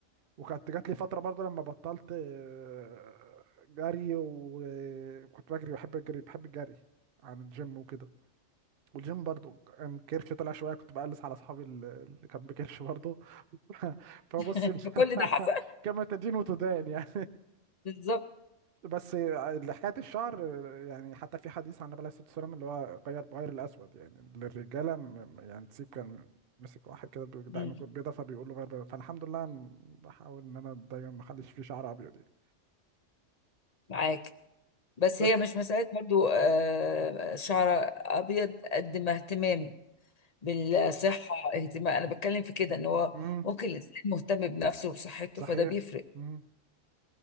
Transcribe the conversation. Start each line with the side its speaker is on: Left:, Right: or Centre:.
Right: وكانت جات لي فتره برضو لما بطلت آه، جري وكنت بجري بحب الجري بحب الجري عن الجيم وكده والجيم برضو كان كرشي طلع شويه كنت بقلس على اصحابي ال- اللي كان بكرش برضو <laughs> فبص
Left: <laughs>
Right: <laughs>
Left: فكل ده حصل
Right: كما تدين وتدان يعني
Left: <laughs> بالظبط
Right: بس اللي حكايه الشعر يعني حتى في حديث عن النبي عليه الصلاه والسلام اللي هو غير بغير الاسود يعني للرجاله م- يعني تسيب كان مسك واحد كده بدقنه
Left: مم.
Right: بيضه فبيقول له غير بيضة. فالحمد لله أنا بحاول ان انا دايما ما اخليش فيه شعر ابيض يعني
Left: معاك بس
Right: بس
Left: هي مش مسألة برضو آه، شعر أبيض قد ما اهتمام بالصحة اهتمام أنا بتكلم في كده إن هو
Right: امم
Left: ممكن الإنسان مهتم بنفسه وبصحته
Right: صحيح
Left: فده بيفرق
Right: مم.